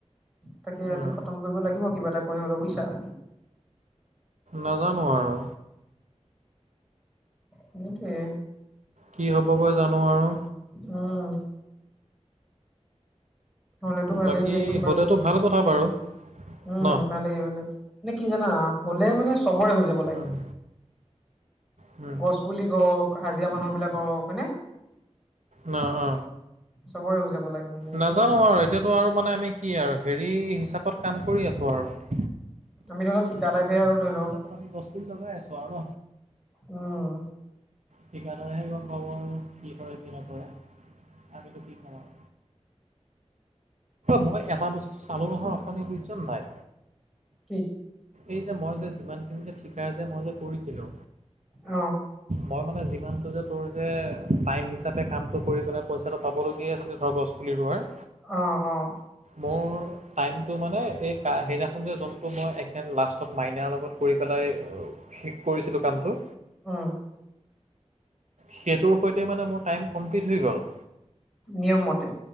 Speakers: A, in the centre; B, on the right.
A: তাকে আজি
B: উম,
A: খতম কৰিব লাগিব কিবা এটা কৰিব হলেও বুইছা।
B: নাজানো আৰু।
A: সেইটোৱে।
B: কি হ'বগৈ জানো আৰু?
A: উম। হলেতো ভালেই
B: বাকী
A: দিয়াচোন বাৰু
B: হ'লেটো ভাল কথা বাৰু।
A: উম
B: ন
A: ভালেই, ভালে। মানে কি জানা হ'লে মানে চবৰে হৈ যাব লাগে।
B: উম উম।
A: গছ পুলি হওক, হাজিৰা মানুহ বিলাক হওক হয়নে?
B: ন অ
A: চবৰে হৈ যাব লাগে। মানে এইবিলাক
B: নাজানো আৰু এতিয়াতো আৰু মানে আমি কি আৰু হেৰি হিচাপত কাম কৰি আছো আৰু।
A: আমি ধৰি লও ঠিকা টাইপে আৰু ধৰি লও।
B: <unintelligible> কি লগাই আছো আৰু ন।
A: উম।
B: ঠিকাদাৰেহে গম পাব আৰু কি কৰে কি নকৰে। আমিটো কি কম অ। মই এটা বস্তু চালো নহয়
A: কি
B: অথনি বুইছনে নাই?
A: কি?
B: এই যে মই যে যিমানখিনি যে ঠিকা যে মই যে কৰিছিলো।
A: অ।
B: মই মানে যিমানটো যে তোৰ যে টাইম হিচাপে কামটো কৰি পেলাই পইচাটো পাবলগীয়া আছিল। ধৰ গছ পুলি ৰোৱাৰ।
A: অ, অ।
B: মোৰ টাইমটো মানে এই কা সেইদিনাখন যে যোনটো মই একে লাষ্ট তত মাইনাৰ লগত কৰি পেলাই শেষ কৰিছিলো কামটো।
A: উম।
B: সেইটোৰ সৈতে মানে মোৰ টাইম কমপ্লিট হৈ গ'ল।
A: নিয়ম মতে।